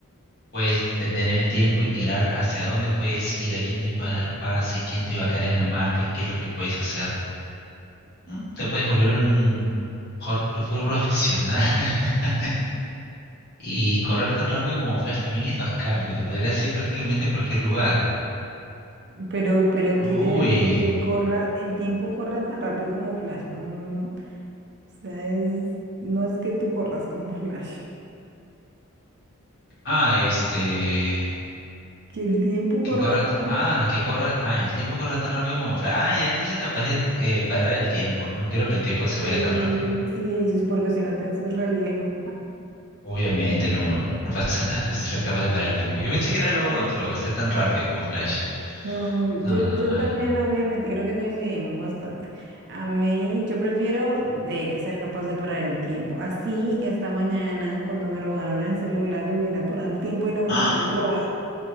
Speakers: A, on the left; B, on the right.
A: puedes detener el tiempo y mirar hacia dónde puedes ir, a quién le puedes dar pase, quién te va a caer en la marca y qué es lo que puedes hacer. ¿Mm? Te puedes volver un jugador de fútbol profesional. <laughs> Y correr tan rápido como Flash también es bacán, porque te podrías ir prácticamente a cualquier lugar.
B: Pero, pero
A: Uy.
B: quiere decir que corra, el tiempo corra tan rápido como Flash. Mm, o sea, es, no es que tú corras como Flash,
A: Ah, este.
B: que el tiempo corra
A: Que corra.
B: tan.
A: t- Ah, que corra. Ah, el tiempo corre tan rápido como Flash. Ah, ya, entonces capaz de eh, parar el tiempo. No quiero que el tiempo se
B: eh,
A: vaya tan rápido.
B: sí, es porque si no te haces re viejo.
A: Obviamente, no, no, no pasa nada. Entonces, ser capaz de parar el tiempo. Yo pensé que era lo
B: Mm,
A: otro, ser tan rápido como Flash.
B: No, yo,
A: No, no.
B: yo
A: ah.
B: también obviamente creo que coincidimos bastante. A mí yo prefiero de ser capaz de parar el tiempo. Así esta mañana cuando me robaron el celular hubiera parado el tiempo y no me
A: ¡Ah!
B: lo hubieran robado.